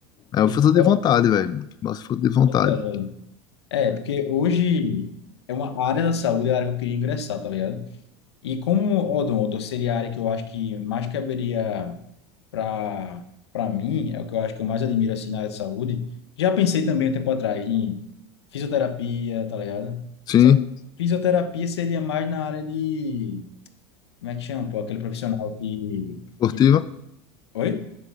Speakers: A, on the left; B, on the left.
A: É uma
B: Que história,
A: força de vontade, velho. Nossa, força de vontade.
B: Pois é, velho. É, porque hoje é uma a área da saúde, é a área que eu queria ingressar, tá ligado? E como odonto seria a área que eu acho que mais caberia para para mim, é o que eu acho que eu mais admiro assim na área de saúde. Já pensei também um tempo atrás em fisioterapia, tá ligado?
A: Sim,
B: Só que fisioterapia seria mais na área de, como é que chama, pô, aquele profissional que,
A: esportiva,
B: que... Oi?